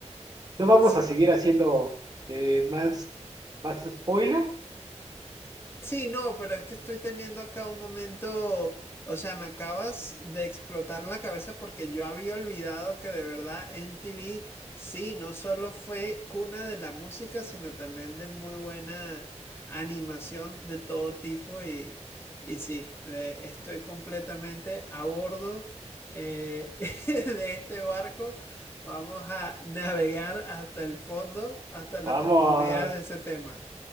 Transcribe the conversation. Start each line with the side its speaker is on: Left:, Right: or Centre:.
Right: no vamos
Left: Sí,
Right: a seguir haciendo eh, más, más spoiler.
Left: Sí, no, pero es que estoy teniendo acá un momento, o sea, me acabas de explotar la cabeza porque yo había olvidado que de verdad MTV, sí, no solo fue cuna de la música, sino también de muy buena animación de todo tipo y, y sí, de- estoy completamente a bordo eh, <laughs> de este barco. Vamos a navegar hasta el fondo, hasta las
Right: Vamos,
Left: profundidades de ese tema.